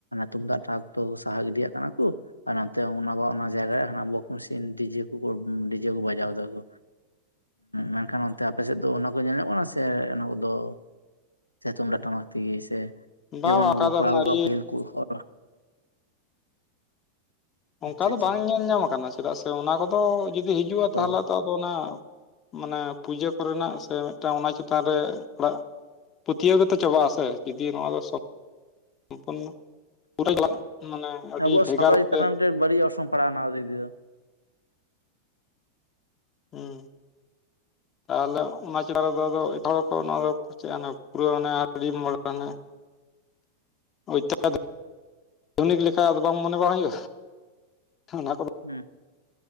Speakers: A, on the left; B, on the left.
A: ᱛᱩᱢᱫᱟᱜ ᱴᱟᱢᱟᱠ ᱫᱚ ᱥᱟᱦᱟ ᱜᱤᱰᱤᱭᱟᱜ ᱠᱟᱱᱟ ᱠᱚ, ᱟᱨ ᱱᱚᱛᱮ ᱵᱟ ᱚᱱᱟ ᱡᱟᱭᱜᱮ ᱦᱟᱱᱟ ᱵᱚᱜ ᱢᱮᱥᱤᱱ ᱰᱤᱡᱮ ᱠᱚᱠᱚ ᱰᱤᱡᱮ ᱠᱚ ᱵᱟᱡᱟᱣ ᱫᱟ ᱠᱚ ᱢᱮᱱᱠᱷᱟᱱ ᱚᱱᱛᱮ ᱟᱯᱮᱥᱮᱫ ᱫᱚ ᱚᱱᱟ ᱠᱚ ᱧᱮᱞ ᱧᱚᱜ ᱠᱟᱱᱟ ᱥᱮ ᱚᱱᱟ ᱠᱚᱫᱚᱼᱼ ᱥᱮ ᱛᱩᱢᱫᱟᱜ ᱴᱟᱢᱟᱠ ᱛᱮᱜᱮ ᱥᱮ
B: ᱵᱟᱝ
A: ᱡᱮᱢᱚᱱ
B: ᱵᱟᱝ
A: ᱱᱩᱠᱩ
B: ᱚᱱᱠᱟ ᱫᱚ
A: ᱠᱚᱲᱟᱟᱣᱩ
B: ᱟᱹᱰᱤ
A: ᱟᱠᱟᱫ ᱯᱟᱹᱦᱤᱞ ᱠᱚ ᱦᱚᱲ
B: ᱚᱱᱠᱟ
A: ᱟᱪᱪᱷᱟ ᱟᱪᱪᱷᱟ
B: ᱫᱚ ᱵᱟᱝ ᱧᱮᱞ ᱧᱟᱢ ᱟᱠᱟᱱᱟ ᱪᱮᱫᱟᱜ ᱥᱮ ᱚᱱᱟ ᱠᱚᱫᱚ ᱡᱩᱫᱤ ᱦᱤᱡᱩᱜᱼᱟ
A: ᱛᱚ
B: ᱛᱟ ᱦᱚᱞᱮ ᱛᱚᱼᱼ ᱟᱫᱚ ᱚᱱᱟ ᱢᱟᱱᱮ ᱯᱩᱡᱟᱹ ᱠᱚᱨᱮᱱᱟᱜ ᱥᱮ ᱢᱤᱫᱴᱟᱝ ᱚᱱᱟ ᱪᱮᱛᱟᱱ ᱨᱮ ᱦᱚᱲᱟᱜ ᱯᱟᱹᱛᱭᱟᱹᱣ ᱠᱟᱛᱮ ᱪᱟᱵᱟᱜ ᱟᱥᱮ ᱡᱩᱫᱤ ᱱᱚᱣᱟ ᱫᱚᱼᱼ ᱯᱩᱨ <unintelligible> ᱢᱟᱱᱮ ᱟᱹᱰᱤ
A: ᱟᱵᱚᱣᱟᱜ
B: ᱵᱷᱮᱜᱟᱨ
A: ᱥᱟᱶᱛᱟ ᱪᱮᱛᱟᱱ
B: ᱛᱮ
A: ᱨᱮ ᱢᱤᱫᱴᱮᱱ ᱵᱟᱹᱲᱤᱡ ᱚᱨᱥᱚᱝ ᱯᱟᱲᱟᱜᱼᱟ ᱚᱱᱟ ᱫᱤᱫᱤ ᱫᱚ
B: ᱦᱮᱸ ᱛᱟᱦᱚᱞᱮ ᱚᱱᱟ ᱪᱮᱛᱟᱱ ᱨᱮᱫᱚ ᱟᱫᱚ ᱮᱴᱟᱜ ᱠᱚ ᱱᱚᱣᱟ ᱫᱚᱼᱼ ᱯᱩᱨᱟᱹ ᱢᱟᱱᱮ <unintelligible> ᱳᱭᱛᱚᱩᱱᱤᱠ ᱞᱮᱠᱟ ᱟᱫᱚ ᱵᱟᱝ ᱢᱚᱱᱮ ᱵᱟᱲᱟ ᱦᱩᱭᱩᱜᱼᱟ ᱦ ᱚᱱᱟ ᱠᱚᱫᱚᱼᱼ
A: ᱦᱚᱢ